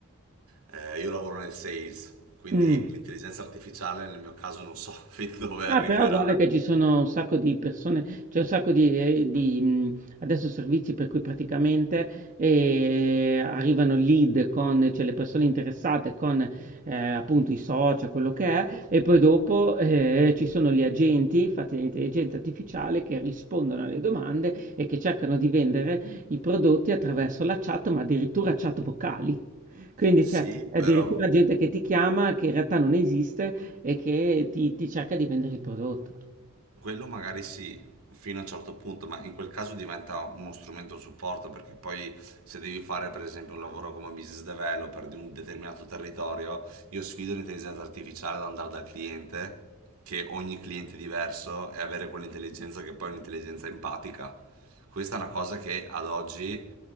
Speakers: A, on the right (about 80°); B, on the right (about 35°).
A: eh, io lavoro nel sales, quindi
B: Mm.
A: l'intelligenza artificiale nel mio caso non so <laughs> fin dove
B: Ah,
A: arriverà.
B: però guarda che ci sono un sacco di persone, c'è un sacco di, eh, di, mh, adesso servizi per cui praticamente eh, arrivano lead con, cioè le persone interessate con eh, appunto i social, quello che è, e poi dopo eh, ci sono gli agenti fatti da intelligenza artificiale che rispondono alle domande e che cercano di vendere i prodotti attraverso la chat, ma addirittura chat vocali. Quindi
A: Sì,
B: c'è
A: però
B: addirittura gente che ti chiama che in realtà non esiste e che ti, ti cerca di vendere il prodotto.
A: Quello magari sì, fino a un certo punto, ma in quel caso diventa uno strumento supporto perché poi se devi fare per esempio un lavoro come business developer di un determinato territorio, io sfido l'intelligenza artificiale ad andare dal cliente, che ogni cliente è diverso, e avere quell'intelligenza che poi è un'intelligenza empatica. Questa è una cosa che ad oggi